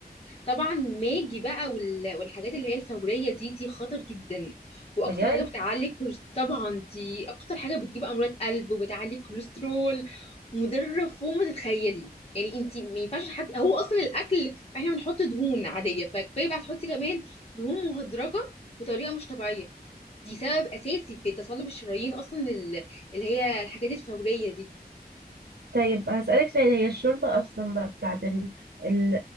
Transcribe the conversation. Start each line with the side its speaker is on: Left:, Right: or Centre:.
Left: طبعا ماجي بقى وال- والحاجات اللي هي الفورية دي دي خطر جدا واكتر
Right: بجد
Left: حاجة بتعلي الكولس- طبعا دي اكتر حاجة بتجيب امراض قلب وبتعلي الكوليسترول مضرة فوق ما تتخيلي يعني انتي ما ينفعش حد هو اصلا الاكل احنا بنحط دهون عادية فكفاية بقى تحطي كمان دهون مهدرجة بطريقة مش طبيعية دي سبب اساسي في تصلب الشرايين اصلا ال- اللي هي الحاجات الفورية دي
Right: طيب هسألك سؤال هي الشوربة أصلا بقى بتاعت ال... ال...